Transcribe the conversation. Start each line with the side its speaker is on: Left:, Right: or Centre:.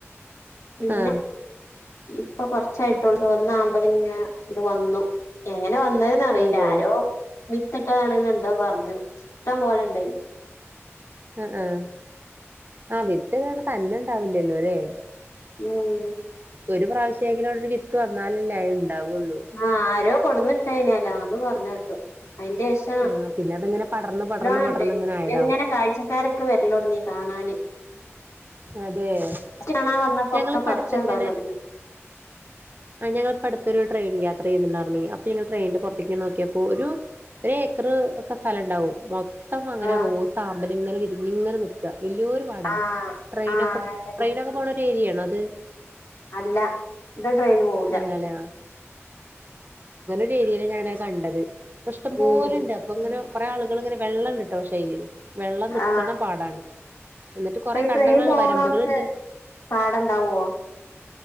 Left: പിന്നെ
Right: ആഹ്
Left: ഇപ്പൊ കൊറച്ചായിട്ടൊള്ളൂ ഒന്നാമ്പൽ ഇങ്ങെ ഇത് വന്നു ങ്ങനെ വന്നെന്ന്ന്നറിയില്ല
Right: അതെ
Left: ആരോ വിത്തിട്ടതാണെന്ന് എന്താ പറഞ്ഞു ഇഷ്ടം പോലെണ്ട്
Right: ആ ആ ആ വിത്ത് പിന്നെ തന്നെ ഉണ്ടാവില്ലല്ലോ?
Left: ഹ്മ്മ്
Right: ഒരു പ്രാവശ്യമെങ്കിലും അവിടെ ഒരു വിത്ത് വന്നാലല്ലേ ഉണ്ടാവുള്ളൂ
Left: ആഹ് ആരോ കൊടന്നിട്ടെനിയലോ ആധു പറഞ്ഞേട്ട്. അതിന്റെ ശേഷം,
Right: ആഹ് പിന്നെ അതിങ്ങനെ പടർന്ന് പടർന്ന്
Left: <unintelligible>
Right: പടർന്ന് ഇങ്ങനെ ആയതാവും
Left: പിന്നെങ്ങനെ കാഴ്ചക്കാരൊക്കെ വരല് തുടങ്ങി കാണാന്
Right: അതെയൊ,
Left: ഫസ്റ്റ് കാണാൻ വന്നപ്പോ
Right: ഞങ്ങള്
Left: ഒക്കെ
Right: പട്ത്തിങ്ങനെ,
Left: പറിച്ചോണ്ടോവലൊടങ്ങി
Right: ആ ഞങ്ങളിപ്പട്തൊരു ട്രെയിൻ യാത്ര ചെയ്തുണ്ടായിരുന്നെ, അപ്പൊ ഞങ്ങൾ ട്രെയിന്റെ പുറത്തേക്ക് ഇങ്ങനെ നോക്കിയപ്പോ ഒരു ഏക്കർ ഒക്കെ സ്ഥലവുണ്ടാവും മൊത്തം അങ്ങനെ
Left: ആ
Right: റോസാ മ്പൽ. ഇങ്ങനെ വിരിഞ്ഞിങ്ങനെ നിക്കാ വലിയൊരു പാടാ
Left: ആ
Right: ട്രെയിനൊക്കെ,
Left: ആ അങ്ങനെ തന്നെ
Right: ട്രെയിനൊക്കെ പോകുന്ന ഏരിയ ആണോ? അത്
Left: അല്ല ഇത് ട്രെയിന് പോവൂല.
Right: അല്ലല്ലേ <unintelligible> ഞാനാകണ്ടത് ഇഷ്ടം പോലെ
Left: ഉം
Right: ഉണ്ട് അപ്പൊ ഇങ്ങന കുറേ ആളുകൾ വെള്ളണ്ട് ട്ടോ പക്ഷെ അയില് വെള്ളം നിക്കണ
Left: ആ
Right: പാടാണ്. എന്നിട്ട് കൊറേ
Left: അപ്പൊ ഈ
Right: കണ്ടങ്ങളാണ്
Left: ട്രെയിൻ പോണോട്ത്
Right: വരമ്പുകളുണ്ട്
Left: പാഠണ്ടാവോ?